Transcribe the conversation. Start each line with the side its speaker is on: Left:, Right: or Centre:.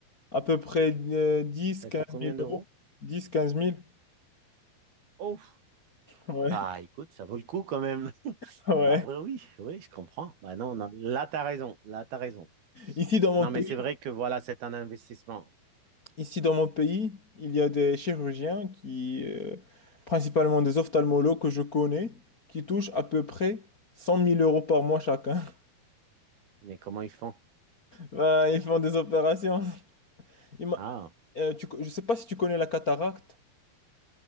Left: À peu près euh, 10,
Right: T'as
Left: 15
Right: dit combien
Left: 000
Right: d'euros?
Left: euros. Dix, quinze mille.
Right: Oh,
Left: Ouais,
Right: bah écoute, ça vaut le coup quand même. <laughs>
Left: <laughs> ouais.
Right: Ah oui, oui, oui, je comprends. Bah non, non, là, t'as raison, là, t'as raison.
Left: Ici dans mon
Right: Non,
Left: pays,
Right: mais c'est vrai que voilà, c'est un investissement.
Left: ici dans mon pays, il y a des chirurgiens qui, euh, principalement des ophtalmologues que je connais, qui touchent à peu près cent mille euros par mois chacun. <laughs>
Right: Mais comment ils font?
Left: Ben, ils font des opérations. Ima-
Right: Ah,
Left: euh, tu co- je sais pas si tu connais la cataracte.